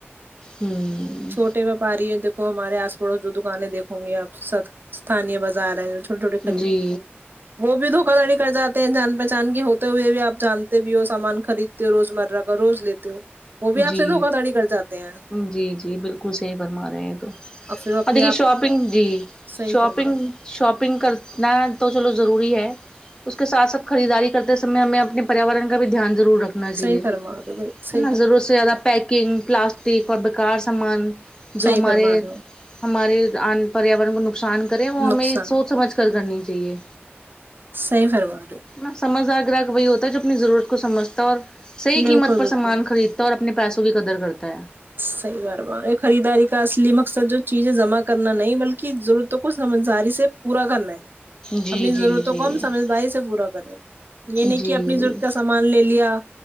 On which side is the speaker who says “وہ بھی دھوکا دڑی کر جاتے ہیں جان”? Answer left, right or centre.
Right